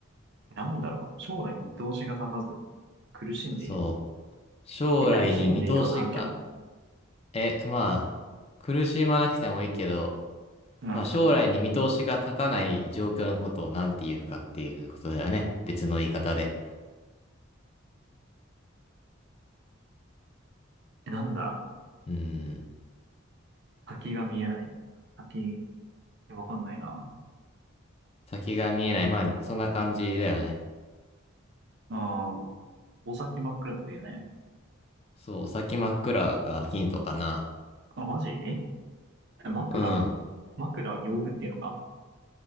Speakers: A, on the right; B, on the left.
A: えなんだろう将来に見通しが立たず苦しんでいる。
B: そう。将来に見通しが、
A: え、苦しんでいるは関係あるの
B: え、まあ、苦しまなくてもいいけど、
A: うん。
B: まあ、将来に見通しが立たない状況のことを何て言うかっていうことだよね。別の言い方で。
A: え、なんだ
B: うん。
A: 先が見えない。先、え、わかんないな。
B: 先が見えない。まあ、そんな感じだよね。
A: ああ、お先真っ暗とか言うね。
B: そう、お先真っ暗がヒントかな。
A: あ、マジええ枕
B: うん。
A: 枕は用具っていうのか